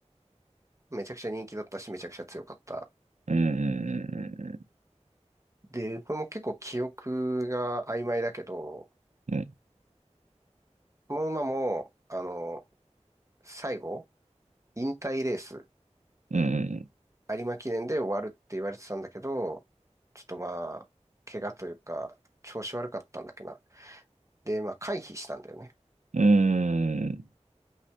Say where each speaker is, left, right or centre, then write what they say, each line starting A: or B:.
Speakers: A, on the right (about 25°); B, on the right (about 75°).
A: めちゃくちゃ人気だったし、めちゃくちゃ強かった。
B: うーん、
A: で、これも結構記憶が曖昧だけど、
B: うん、
A: この馬も、あの最後、引退レース、
B: うん、
A: 有馬記念で終わるって言われてたんだけど、ちょっとまあ、怪我というか、調子悪かったんだっけな。で、まあ、回避したんだよね。
B: うん。うーん